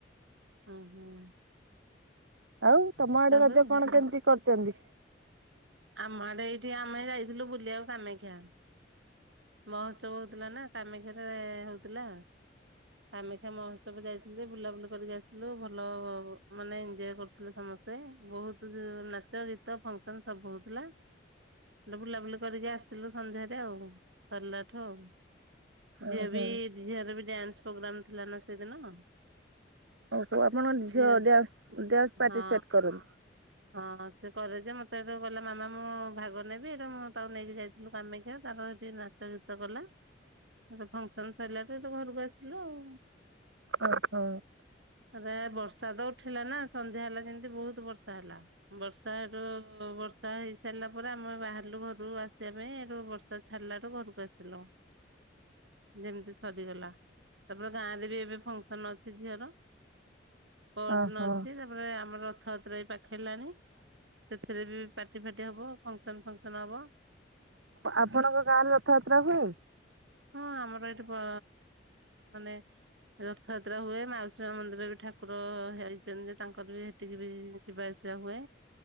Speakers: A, on the right (about 70°); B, on the right (about 90°).
A: ହଁ ହଁ।
B: ଆଉ, ତମ ଆଡେ ରଜ
A: ହୁଏ?
B: କଣ କେମିତି କରିଛନ୍ତି?
A: ଆମ ଆଡେ, ଏଇଠି ଆମେ ଯାଇଥିଲୁ। ବୁଲିବାକୁ କାମାକ୍ଷା। ବସ୍ ହଉଥିଲା ନା କାମାକ୍ଷା ରେ ହଉଥିଲା। କାମାକ୍ଷା ମହୋତ୍ସବ ଯାଇଥିଲେ, ବୁଲାବୁଲି କରିକ ଆସି ଭଲ ମାନେ ଏଞଜୟ କରୁଥିଲେ ସମସ୍ତେ ବହୁତ ନାଚ ଗୀତ ଫଙ୍କସ ସବୁ ହଉଥିଲା। ଗଟେ ବୁଲାବୁଲି କରିକି ଆସିଲୁ ସନ୍ଧ୍ୟାରେ ଆଉ ସରିଲା ଠୁ ଆଉ ଝିଏ
B: ଓହୋ
A: ବି ଝିଅର ବି ଡ୍ୟାନ୍ସ ପ୍ରୋଗ୍ରାମ ଥିଲା ନା ସେଦିନ
B: ହଉଉ ଆପଣଙ୍କ
A: ଝିଅ
B: ଝିଅଡ୍ୟାନ୍ ଡ୍ୟାନ୍ସ ପାର୍ଟିସିପେଟ୍
A: ହଁ।
B: କରନ୍ତୁ
A: ହଁ ସେ କରେ ଯେ ମତେ ଏଇଠୁ ଗଲା ମାମା ମୁଁ ଭାଗ ନେବି ଏଇଟା ମୁଁ ତାକୁ ନେଇକି ଯାଇଥିଲୁ କାମାକ୍ଷା ତାର ଏଠି ନାଚ ଗୀତ ଗଲା। ଫଙ୍କସନ ସରିଲା ଟୁ ତ ଘରକୁ ଆସିଲୁ ଆଉ।
B: ହ ହଁ।
A: ବେ ବର୍ଷା ତ ଉଠିଲା ନା ସନ୍ଧ୍ୟା ହେଲା ଯେମତି ବହୁତ ବର୍ଷା ହେଲା ବର୍ଷା ତାର ବର୍ଷା ହେଇସାରିଲା ପରେ ଆମେ ବାହାରିଲୁ ଘରୁ ଆସିବା ପାଇଁଠୁ ବର୍ଷା ଛାଡିଲାଟୁ ଘରକୁ ଆସିଲା। ଯେମିତି ସରିଗଲା ତାପରେ ଗାଁ ରେ ବି ଏବେ ଫଙ୍କସନ ଅଛି ଝିଅର ପଅରଦିନ
B: ଓହୋ
A: ଅଛି ତାପରେ ଆମର ରଥଯାତ୍ରା ବି ପାଖ- ହେଲାଣି ସେଥିରେ ବି ପାର୍ଟି ଫାଟି ହବ ଫଙ୍କସନ ଫଙ୍କସନ ହବ।
B: ଆପଣଙ୍କ ଗାଁ ରେ ରଥଯାତ୍ରା ହୁଏ?
A: ହଁ ଆମର ଏଇଠି ମା ମାନେ ରଥଯାତ୍ରା ହୁଏ ମାଉସୀ ମା ମନ୍ଦିରରେ ବି ଠାକୁର ହେଇଛନ୍ତି ତାଙ୍କର ବି ହେଠ ଯିବି ଯିବା ଆସିବା ହୁଏ